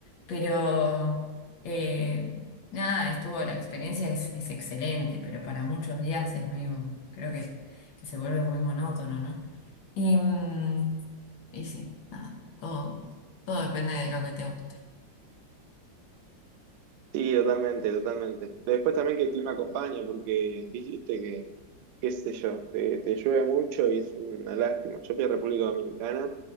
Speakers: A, on the left; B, on the right.
A: Pero eh, nada, estuvo, la experiencia es, es excelente, pero para muchos días es medio, creo que, que se vuelve muy monótono, ¿no? Y, mm, y sí, nada, todo, todo depende de lo que te guste.
B: Sí, totalmente, totalmente. Después también que el clima acompañe, porque dijiste que qué sé yo, te, te llueve mucho y es una lástima. Yo fui a República Dominicana